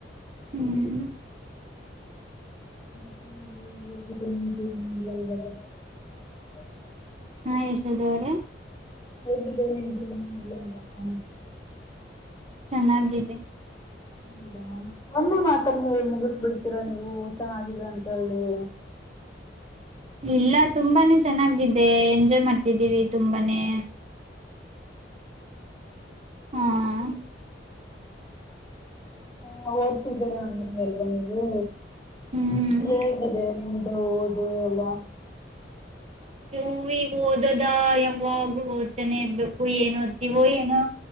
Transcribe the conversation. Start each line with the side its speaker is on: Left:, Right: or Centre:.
Right: ಹ್ಮ್.
Left: <inaudible>
Right: ಹಾ ಯಶೋದವ್ರೆ.
Left: ಹೇಗಿದ್ದೇ. <inaudible>
Right: ಚೆನ್ನಿದ್ದಿದ್ದಿ.
Left: ಹೌದಾ ಒಮ್ಮೆ ಮಾತಲ್ಲಿ ಮುಗಿಸ ಬಿಡ್ತೀರಾ ನೀವು ಚೆನ್ನಾಗಿದೆ ಅಂತ ಹೇಳಿ.
Right: ಇಲ್ಲ ತುಂಬಾನೇ ಚೆನ್ನಾಗಿದೆ ಎಂಜಾಯ್ ಮಾಡ್ತಿದ್ದೀವಿ ತುಂಬಾನೇ. ಹ್ಮ.
Left: ಹಾ ಓದತಿದ್ದೀರ ಅಂದನ್ ಎಲ್ದ ನೀವು.
Right: ಹ್ಮ್
Left: ಹೇಗಿದೆ ನಿಮ್. ಹಓದು ಎಲ್ಲ.
Right: ನೀವು ಈಗ್ ಓದದ ಯಾವಾಗ ಓದ್ತಾನೆ ಇರ್ಬೇಕು ಏನ ಓದ್ತಿೀವೋ ಏನೋ.